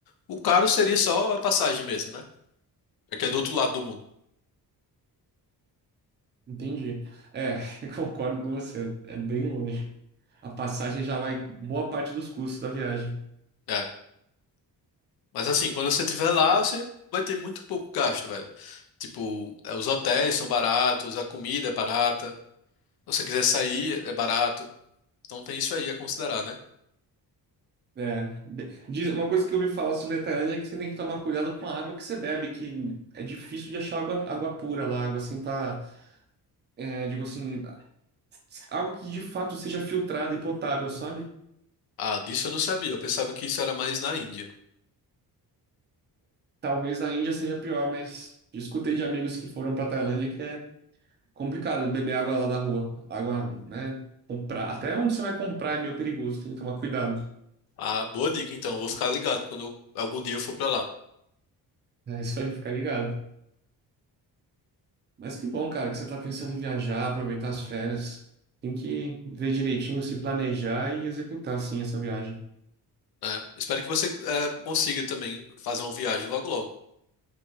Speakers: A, on the left; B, on the right.
A: O caro seria só a passagem mesmo, né? É que é do outro lado do mundo.
B: Entendi. É, <laughs> eu concordo com você. É bem longe. A passagem já vai boa parte dos custos da viagem.
A: É. Mas assim, quando você estiver lá, você vai ter muito pouco gasto, velho. Tipo, é os hotéis são baratos, a comida é barata. Se você quiser sair, é barato. Então tem isso aí a considerar, né?
B: É. De- Diz, uma coisa que eu ouvi falar sobre a Tailândia é que você tem que tomar cuidado com a água que você bebe, que é difícil de achar água, água pura lá, água assim tá, é, digo assim, água que de fato seja filtrada e potável, sabe?
A: Ah, disso eu não sabia. Eu pensava que isso era mais na Índia.
B: Talvez na Índia seja pior, mas eu escutei de amigos que foram pra Tailândia que é complicado beber água lá da rua. Água, né? Comprar. Até onde você vai comprar é meio perigoso, tem que tomar cuidado.
A: Ah, boa dica, então. Eu vou ficar ligado quando eu- algum dia eu for pra lá,
B: É isso aí, fica ligado. Mas que bom, cara, que você tá pensando em viajar, aproveitar as férias. Tem que ver direitinho, se planejar e executar, sim, essa viagem.
A: né? Espero que você eh, consiga também fazer uma viagem logo logo.